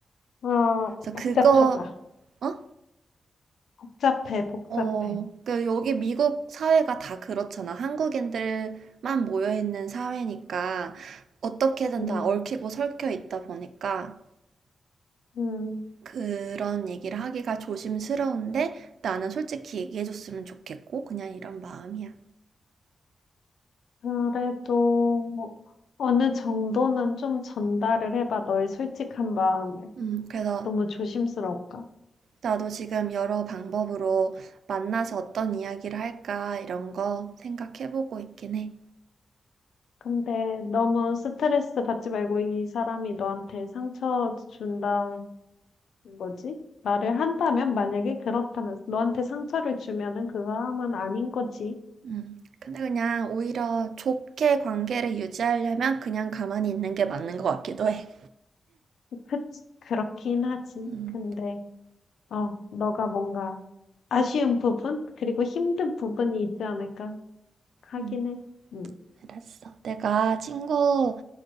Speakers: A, on the left; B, on the right.
A: 아,
B: 그래서
A: 복잡하다.
B: 그거 어?
A: 복잡해, 복잡해.
B: 어, 그 여기 미국 사회가 다 그렇잖아. 한국인들만 모여 있는 사회니까 어떻게든
A: 음,
B: 다 얽히고 설켜 있다 보니까
A: 음.
B: 그런 얘기를 하기가 조심스러운데 나는 솔직히 얘기해줬으면 좋겠고 그냥 이런 마음이야.
A: 그래도 뭐 어느 정도는 좀 전달을 해봐, 너의 솔직한 마음을.
B: 음, 그래서
A: 너무 조심스러울까?
B: 나도 지금 여러 방법으로 만나서 어떤 이야기를 할까 이런 거 생각해보고 있긴 해.
A: 근데 너무 스트레스 받지 말고 이 사람이 너한테 상처 준다는 거지? 말을 한다면, 만약에 그렇다면, 너한테 상처를 주면은 그 사람은 아닌 거지.
B: 음, 근데 그냥 오히려 좋게 관계를 유지하려면 그냥 가만히 있는 게 맞는 것 같기도 해.
A: 그, 그렇긴 하지.
B: 음,
A: 근데, 어, 너가 뭔가 아쉬운 부분? 그리고 힘든 부분이 있지 않을까? 하긴
B: 음,
A: 해. 음.
B: 알았어. 내가 친구